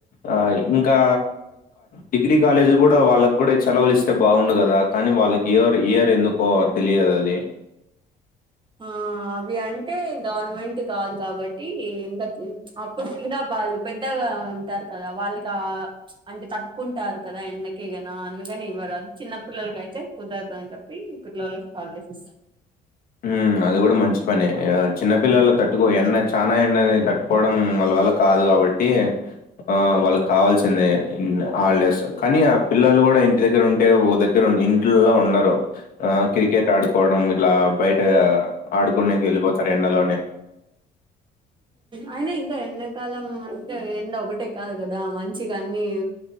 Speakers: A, on the left; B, on the right.
A: ఆ ఇంకా డిగ్రీ కాలేజీ కూడా వాళ్ళకి కూడా సెలవలు ఇస్తే బాగుండు కదా కానీ వాళ్ళకి ఇయ్యారు ఎందుకో తెలియదు అది
B: ఆ అవి అంటే గవర్నమెంట్ కాదు కాబట్టి ఇంకా అప్పుడు ఇంకా వాళ్ళు పెద్ద ఆ ఉంటారు కదా వాళ్ళకి ఆ అంటే తట్టుకుంటారు కదా ఎండకిగనా అందుకని ఇవ్వరు చిన్న పిల్లలకైతే కుదరదు అని చెప్పి పిల్లోళ్ళకి హాలిడేస్ ఇస్తారు
A: ఊ అది కూడా మంచి పనే చిన్న పిల్లలు తట్టుకో ఎన్న చానా ఎండకి తట్టుకోవడం వాళ్ళ వల్ల కాదు కాదు కాబట్టి ఆ
B: ఉమ్.
A: వాళ్ళకి కావాల్సిందే హాలిడేస్ కానీ ఆ పిల్లలు కూడా ఇంటి దగ్గర ఉంటే ఓ దగ్గర ఇంట్లో ఉండరు ఆ క్రికెట్ ఆడుకు పోవడం ఇట్లా బయట ఆడుకుండేకి ఎల్లిపోతారు ఎండలోనే
B: అయినా ఇంకా ఎండాకాలం అంటే ఎండ ఒకటే కాదు కదా మంచిగా అన్ని